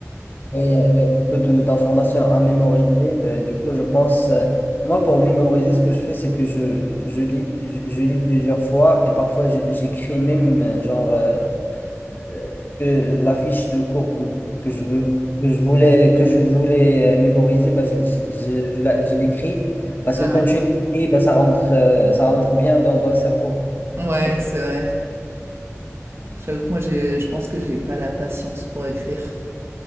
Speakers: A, on the left; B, on the right.
A: Oui, Il y a, il y a beaucoup de- d'informations à mémoriser. Euh, du coup, je pense, euh, moi, pour mémoriser, ce que je fais, c'est que je, je lis, je, je lis plusieurs fois et parfois j'ai- j'écris même, euh, genre, euh, euh, que la fiche de cours que, que je veux, que je voulais, que je voulais euh, mémoriser, bah, je, je, je- je la- je l'écris. Parce
B: Ah
A: que quand
B: ouais.
A: tu écris, bah, ça rentre, euh, ça rentre bien dans, dans le cerveau.
B: Ouais,
A: Tu vois ce que-
B: c'est vrai. J'avoue que moi, je pense que j'ai pas la patience pour écrire.